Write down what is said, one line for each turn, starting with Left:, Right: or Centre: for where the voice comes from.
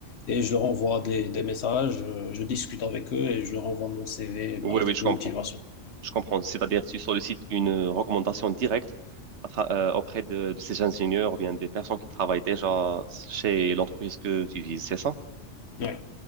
Left: et je leur envoie des, des messages, euh, je discute avec eux et je leur envoie mon CV et ma
Right: Oui,
Left: lettre
Right: oui, je
Left: de
Right: comprends.
Left: motivation.
Right: Je comprends. C'est-à-dire, tu sollicites une euh, recommandation directe à tra- euh, auprès de, de ces ingénieurs ou bien des personnes qui travaillent déjà chez l'entreprise que tu vises, c'est ça?
Left: Oui,